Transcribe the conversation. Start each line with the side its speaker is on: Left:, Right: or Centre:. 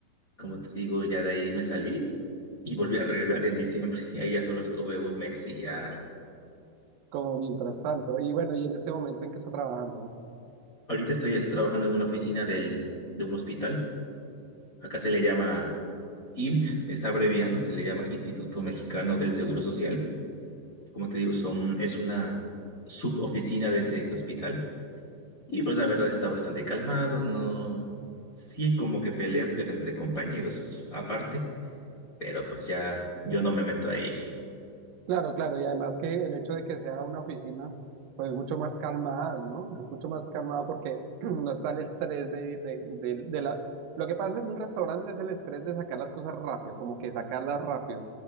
Left: Como te digo, ya de ahí me salí y volví a regresar en diciembre. <laughs> Y ahí ya solo estuve un mes y ya.
Right: Como mientras tanto. Y bueno, y en este momento en que está trabajando.
Left: Ahorita estoy es, trabajando en una oficina del, de un hospital. Acá se le llama IMSS, está abreviado, se le llama Instituto Mexicano del Seguro Social. Como te digo, son, es una suboficina de ese hospital. Y pues la verdad está bastante calmado, no. Sí, hay como que peleas, pero entre compañeros aparte. Pero pues ya yo no me meto ahí.
Right: Claro, claro, y además que el hecho de que sea una oficina, pues es mucho más calmado, ¿no? Es mucho más calmado porque <clears throat> no está el estrés de, de, de- de la... Lo que pasa en un restaurante es el estrés de sacar las cosas rápido, como que sacarlas rápido